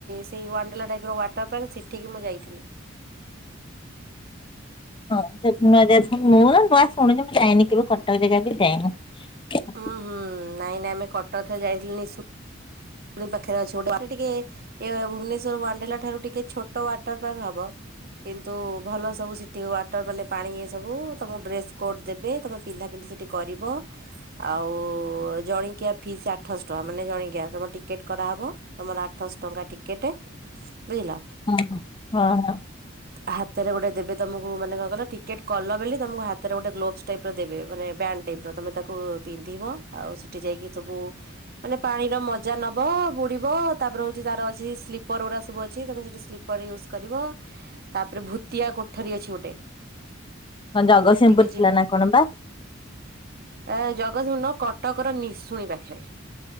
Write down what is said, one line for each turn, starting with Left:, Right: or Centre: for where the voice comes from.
Right: ସେଇ ୱାଣ୍ଡେଲା ଟାଇପ୍ ର ୱାଟର୍ ପାର୍କ ଏଠିକି ମୁଁ ଯାଇଥିଲି।
Left: <unintelligible>
Right: <inaudible> ଭୁବ୍ନେଶ୍ୱର୍ ୱାଣ୍ଡେଲା ଠାରୁ ଟିକେ ଛୋଟ ୱାଟର୍ ପାର୍କ ହବ। କିନ୍ତୁ ଭଲ ସବୁ ସିଟିଙ୍ଗ୍, ୱାଟର୍ ମାନେ ପାଣି ସବୁ ତମ ଡ୍ରେସ୍‌ କୋଟ୍ ଦେବେ, ତମେ ପିନ୍ଧା ପିନ୍ଧି ସେଠି କରିବ। ଆଉ ଜଣିକିଆ ଫିସ୍‌ ଆଠଶ୍ ଟଙ୍କା ମାନେ ଜଣିକିଆ ତମ ଟିକେଟ୍ କରା ହବ। ତମର ଆଠଶ୍ ଟଙ୍କା ଟିକେଟେ, ବୁଜିଲ।
Left: ହଁ ହଁ ହଁ ହଁ।
Right: ହାତେରେ ଗୋଟେ ଦେବେ ତମକୁ। ମାନେ ଟିକେଟ୍ କଲ ବଲି ତମକୁ ହାତରେ ଗୋଟେ ଗ୍ଲୋବ୍ସ ଟାଇ ଦେବେ ମାନେ ବା ଟାଇପ୍ ର ତମେ ତାକୁ ପିନ୍ଧିବ, ଆଉ ସେଠି ଯାଇକି ସବୁ ମାନେ ପାଣିର ମ ଜା ନବ, ବୁଡ଼ିବ, ତା'ପରେ ହଉଚି ତା'ର ଅଛି, ସ୍ଲିପର୍ ଗୁ---ସବୁ ଅଛି। ତମେ ସେଠି ସ୍ଲିପର୍ ୟୁଜ୍ କରିବ, ତା'ପରେ ଭୁତିଆ କୋ ଠରୀ ଅଛି ଗୋଟେ,
Left: ହଁ ଜଗତସିଂହପୁର
Right: ସେଟିକି
Left: ଥିଲା
Right: ଯିବ।
Left: ନା କଣ ବା
Right: ଏ ଜଗତ୍----ନୁହଁ, କଟକର ନିଶୁଣି ପାଖେ